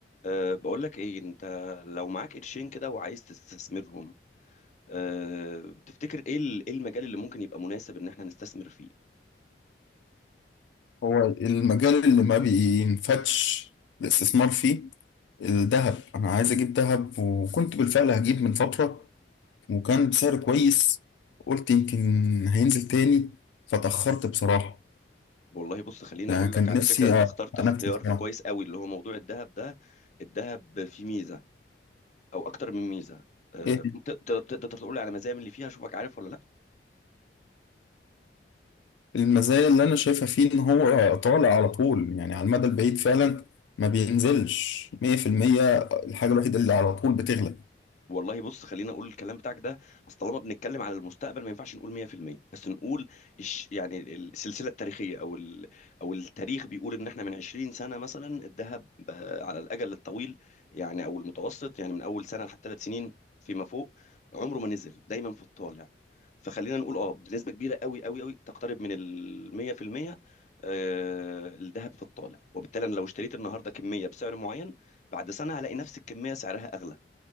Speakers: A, on the left; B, on the left.
A: أه بقول لك ايه انت لو معاك قرشين كده وعايز تستثمرهم أه تفتكر ايه ال- ايه المجال اللي ممكن يبقى مناسب ان احنا نستثمر فيه
B: هو المجال اللي ما بينفتش الاستثمار فيه الذهب انا عايز اجيب ذهب وكنت بالفعل هجيب من فترة وكان بسعر كويس قلت يمكن هينزل تاني فتأخرت بصراحة
A: والله بص خليني
B: يعني
A: اقول
B: كان
A: لك على
B: نفسي
A: فكرة انت اخترت اختيار
B: انفذ بصراحة
A: كويس قوي اللي هو موضوع الذهب ده الذهب فيه ميزة او اكتر من ميزة أه
B: ايه
A: ت- ت- تقدر تقول لي على مزايا من اللي فيها اشوفك عارف ولا لا
B: المزايا اللي انا شايفها فيه ان هو طالع على طول يعني على المدى البعيد فعلا ما بينزلش 100% الحاجة الوحيدة اللي على طول بتغلى
A: والله بص خلينا اقول الكلام بتاعك ده اصل طالما بنتكلم على المستقبل ما ينفعش نقول 100% بس نقول الش يعني السلسله التاريخيه او ال او التاريخ بيقول ان احنا من 20 سنه مثلا الذهب آه، على الاجل الطويل يعني او المتوسط يعني من اول سنه لحد ثلاث سنين فيما فوق عمره ما نزل دايما في الطالع فخلينا نقول اه بنسبه كبيره قوي قوي قوي تقترب من ال 100% آه، الذهب في الطالع وبالتالي انا لو اشتريت النهارده كميه بسعر معين بعد سنه هلاقي نفس الكميه سعرها اغلى